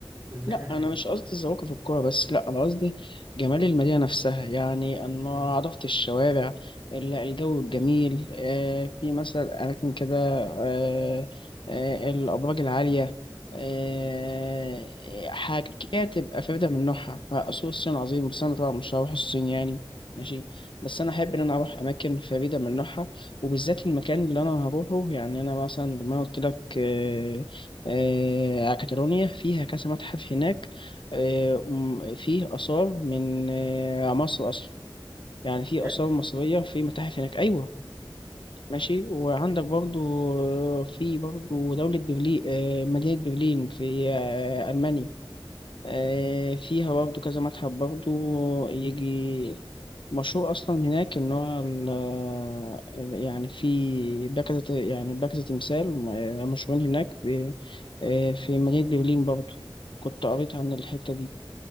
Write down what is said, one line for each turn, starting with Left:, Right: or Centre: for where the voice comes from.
Right: كلها
Left: لا انا مش قصدي الذوقة في الكوره بس لا انا قصدي جمال المدينه نفسها يعني انه
Right: آه،
Left: عرفت الشوارع ال- الجو الجميل آه، في مثلا اماكن كده آه، آه، الابراج العاليه آه، حاجات كده تبقى فريده من نوعها سوق الصين عظيم بس انا طبعا مش هروح الصين يعني ماشي بس انا احب ان انا اروح اماكن فريده من نوعها وبالذات المكان اللي انا هروحه يعني انا مثلا لما قلت لك آه، آه، كاتالونيا فيها كذا متحف هناك آه، م- فيه آثار من آه، مصر أصلا يعني في
Right: بجد؟
Left: آثار مصرية في متاحف هناك أيوة ماشي وعندك برضو آه، في برضو دولة برلين آه، مدينة برلين في آه، ألمانيا آه، فيها برضه كذا متحف برضه يجي مشهور أصلا هناك إن هو ال- آه، يعني في باكزة يعني باكزة تمثال آه، مشهورين هناك ب-
Right: مم.
Left: آه، في مدينة برلين برضه كنت قريت عن الحتة دي